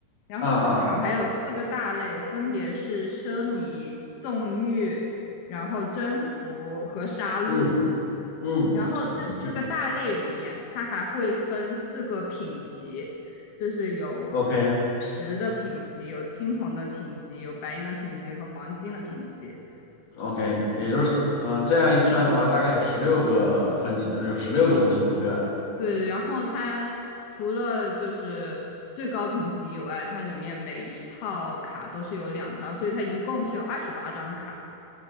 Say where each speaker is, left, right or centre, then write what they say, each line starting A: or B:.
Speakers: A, on the left (about 75°); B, on the left (about 50°).
A: 然后这卡牌有四个大类，
B: 啊？啊
A: 分别是奢靡、纵欲、然后征服和杀戮。
B: 嗯嗯，
A: 然后这四个大类里面，
B: 怎么定
A: 它还会分四个品级，就是有
B: o k
A: 石的品级、有青铜的品级、有白银的品级和黄金的品级。
B: OK，也就是嗯，这样一算的话，大概有十六个分级，呃有十六个东西嘛，对吧？
A: 对，然后它除了就是最高品级以外，它里面每一套卡都是有两张，所以它一共是有二十八张卡。